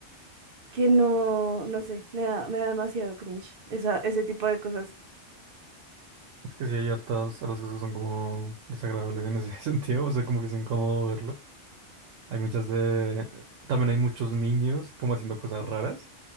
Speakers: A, on the right (about 55°); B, on the right (about 85°).
A: que no, no sé, me da, me da demasiado cringe esa, ese tipo de cosas.
B: Es que sí hay hartas, hartas cosas que son como desagradables en ese <laughs> sentido, o sea, como que es incómodo verlo. Hay muchas de... También hay muchos niños como haciendo cosas raras.